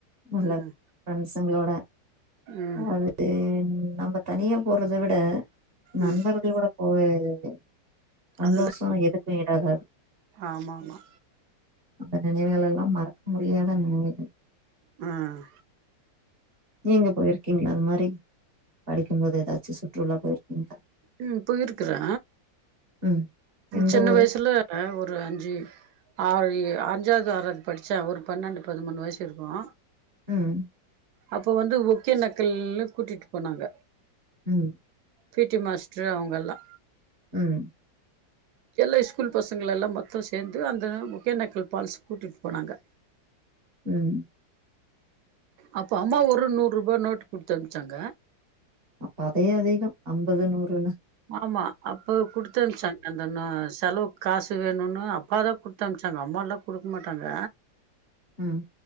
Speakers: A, on the right; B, on the right.
A: நல்ல
B: ம்
A: ஃப்ரெண்ஸ்ங்களோட
B: ம்
A: அது து நம்ம தனியா போறதை விட நண்பர்களோட
B: ம்
A: <unintelligible> சந்தோஷம்
B: அதுதா
A: எதுக்கு இடாகாது
B: ஆமா ஆமா
A: அந்த நினைவுகள் எல்லா மறக்க முடியாத நினைவுகள்
B: ம்
A: நீங்க போயிருக்கீங்களா அந்த மாறி படிக்கும் போது ஏதாச்சு சுற்றுலா போயிருக்கீங்களா
B: ம் போயிருக்குறே
A: ம் எந்த
B: சின்ன
A: ஊரு
B: வயசுல ஒரு அஞ்சு ஆறு அஞ்சாவது ஆறாவது படிச்சே ஒரு பன்னெண்டு பதிமூணு வயசு இருக்கும்
A: ம்
B: அப்போ வந்து ஒக்கே நக்கல்லுன்னு கூட்டிட்டு போனாங்க
A: ம்
B: பிடி மாஸ்டர் அவங்கெல்லா
A: ம்
B: எல்லா ஸ்கூல் பசங்களல்லா மொத்த சேர்ந்து அந்த ஒக்கேநக்கல் ஃபால்சுக்கு கூட்டிட்டு போனாங்க <inaudible>
A: ம்
B: அப்போ அம்மா ஒரு நூறுபா நோட்டு குடுத்து அனுப்சாங்க
A: அப்ப அதே அதிக அம்பது நூறுன்னு
B: ஆமா அப்ப குடுத்து அனுப்சாங் அந்தன்ன செலவுக் காசு வேணுனு அப்பாதா குத்துனுச்சாங்க அம்மாலா குடுக்க மாட்டாங்க
A: ம்